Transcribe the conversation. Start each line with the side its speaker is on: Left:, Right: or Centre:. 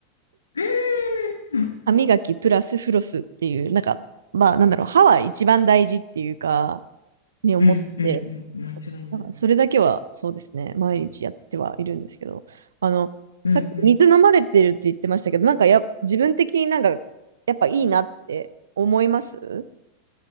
Left: ーん
Right: 歯磨きプラスフロスっていう、なんか、まあ、なんだろう、歯は一番大事っていうか、に思って、
Left: うんうんうん、
Right: そうだからそれだけはそうですね、
Left: 間違いない。
Right: 毎日やってはいるんですけど、あの、
Left: うんうん
Right: さっき水飲まれてるって言ってましたけど、なんかや、自分的になんか、やっぱいいなって思います